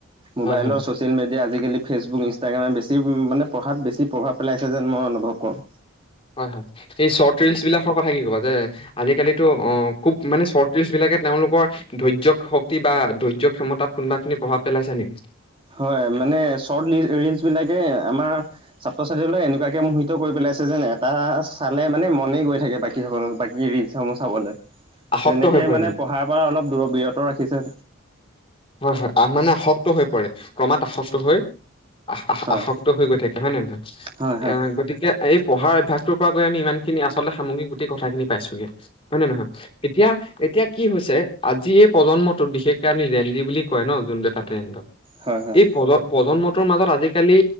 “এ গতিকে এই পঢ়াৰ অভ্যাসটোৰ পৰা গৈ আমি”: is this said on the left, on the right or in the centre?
Left